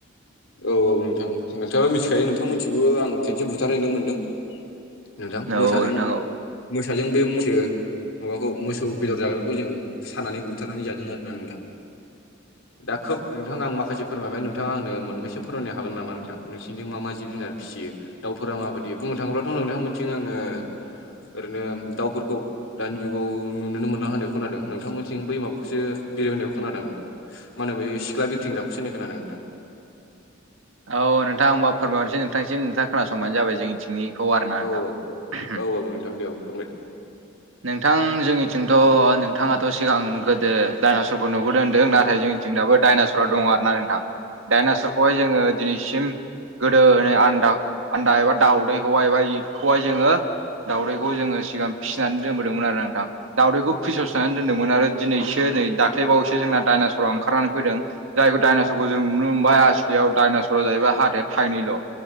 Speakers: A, on the left; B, on the right.
A: औ औ नोंथां नोंथाङा मिथिखायो नोंथां मिथि ओ आं खेबसे बुथारहैनो मोनदों नोंथां
B: औ
A: मोसाजों
B: नोंथां औ
A: मोसाजों बे मैसो माबाखौ मोसौ बेदर जाग्राखौ जों सानानै बुथारनानै जादों आरोना नोंथां। दा खोब नोंथांआं माखासे फोरमायबाय नोंथाङा आंनो मोननसो फोरमायनो हागोन नामा नोंथां नोंसिनिजों मा जिब जुनार फिसियो दाउफोरा माबायदि बुंनो थाङोब्लाथ' नोंथांमोनथिं आंङो ओरैनो दाउफोरखौ दानि जुगाव नुोननो मोनला होनायखौ खोनादों नोंथांमोनथिं बै माबाखौसो बिरो होना खोनादों। मा होनो बे सिख्ला बिरथिंग्राखौसो खोनादों नोंथां।
B: औ नोंथाङां होमबा फोरमायनोसै नोंथांसिम नोंथा खोनासंबानो जाबाय जोंनि थिंनिखौ आरो ना
A: औ
B: नोंथां।
A: औ औ औ नोंथां दे औ फोरमायदो
B: नोंथां जोंनिथिंथ' नोंथाङाथ' सिगां गोदो दडाइनसरखौ नुबोदों होन्दों नाथाय जों जों दाबो डायनासरा दङ आरो ना नोंथां डाइनासरखौहाय जोंङो दिनैसिम गोदोनि आदा आदा एबा दाउदैखौहाय एबा बेखौहाय जोंङो दावउदैखौ जोंङो सिगां फिसिनानै दोनबोदोंमोन आरो नोंथां। दावदैखौ फिसावसानै दोन्दोंमोन आरो दिनैसो नै दाख्लैबावैसो जोंना दडाइनासराव ओंखारनानै फैदों। जायखौ दायनास सरखौ जों नुनो मोनबाय <unintelligible> डाइनासरा जाहैबाय हाथाया थाइनैल'